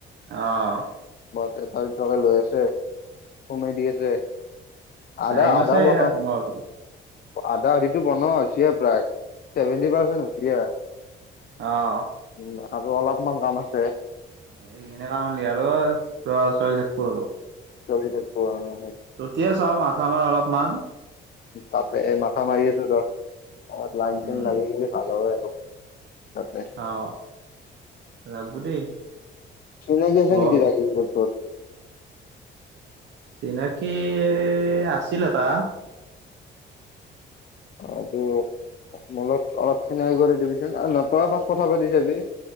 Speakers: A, on the right (about 65°); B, on the left (about 50°).
A: অহ।
B: এ তাৰি তকে লৈ আছে। সোমাই দি আছে আধা-
A: টাইম
B: আধা
A: আছে
B: বনাৱক,
A: তোমাৰ
B: আধা। এইটো বনোৱা হৈছিয়ে প্ৰায়। ছেভেণ্টি পাৰ্চেণ্ট হৈছেগে আ।
A: অ।
B: উম আৰু অলপমান কাম আছে।
A: এ এনেকা কৰিলি আৰু পোৰা ছোৱালী থাকব আৰু।
B: ছোৱালী থাকব আৰু অ
A: ততিয়া চাওঁ মাথা মাৰ অলপ। মান।
B: তাতে মাথা মাৰি আছোঁ ত অলপ লাইন চাইন
A: উম
B: লাগি থাকিলে ভাল হয় । তাতে
A: অহ লাগব দেই
B: চিনাকি আছে
A: বৰ
B: নেকি <unintelligible> তোৰ।
A: চিনাকি আছিল এটা।
B: এইটো মো লগত অলপ চিনাকি কৰি দিবিচোন ন তই ফাৰ্ষ্ট কথা পাতি চাবি।